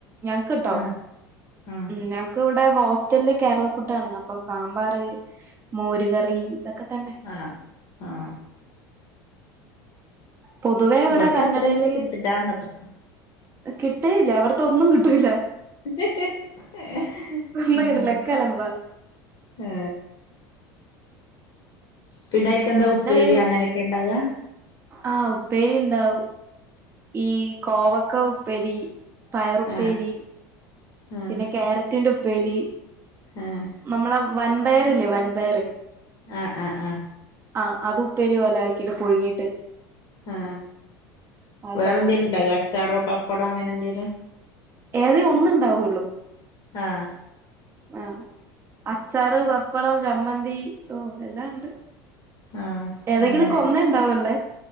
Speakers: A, on the right; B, on the left.
A: ഞങ്ങക്ക് കിട്ടോ
B: ആഹ് ആഹ്
A: ഉം ഞങ്ങക് ഇവിടെ ഹോ മറ്റല് കേരള ഫുഡാണ് അപ്പം സാമ്പാറ്, മോരുകറി, ഇതൊക്കെ തന്നെ
B: ആ ആ
A: പൊതുവേ ഇവിടെ
B: ഇവിടുത്തെ
A: കന്നഡയില്
B: അത്ര അങ്ങട്ട് കിട്ടില്ലാന്നത്ര
A: കിട്ടു കേ ഇല്ല അവിടത്തൊന്നുകിട്ടല്ല.
B: <inaudible>
A: ഒന്നും
B: ഉം.
A: കിട്ടില്ല ഒക്കെ അലമ്പാ
B: ആ പിന്നെ നിനക്കെന്താ
A: പിന്നെ
B: ഉപ്പേരി
A: ഒരു
B: അങ്ങനൊക്കെ ഉണ്ടാകുക.
A: ആ ഉപ്പേരി ഉണ്ടാവും ഈ കോവക്ക ഉപ്പേരി. പയറുപ്പേരി,
B: ആഹ് ആഹ്
A: പിന്നെ ക്യാരറ്റ് ഉപ്പേരി
B: ആഹ്
A: നമ്മടെ വൻപയറില്ലേ വൻപയർ
B: ആ ആ ആ
A: ആ അത് ഉപ്പേരിപോലെ ആക്കിട്ട് പുഴുങ്ങിയിട്ട്
B: ആ
A: ആ ഒരു
B: വേറെന്തെേലും
A: സംഭവം
B: ഉണ്ടോ? അച്ചാറോ പപ്പടോ അങ്ങനെ എന്തേലും?
A: ഏതേഒന്നുണ്ടാവുള്ളു.
B: ആ
A: ആ അച്ചാറ്, പപ്പടം, ചമ്മന്തി, ഓ എല്ലാം ഉണ്ട്.
B: ആഹ്
A: ഏതെങ്കിലുംഒക്കെ
B: അങ്ങനെ
A: ഒന്നേ ഉണ്ടാവുള്ള.